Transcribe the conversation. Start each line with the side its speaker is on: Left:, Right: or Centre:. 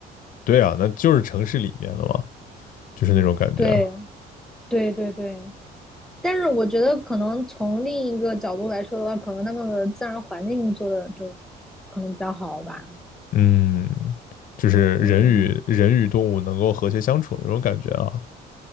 Left: 对啊，那就是城市里面的嘛，就是那种感觉啊，
Centre: 对，对，对，对。但是我觉得可能从另一个角度来说的话，可能那个自然环境做的就是可能比较好吧。
Left: 嗯，就是人与人与动物能够和谐相处的那种感觉啊。
Centre: 嗯，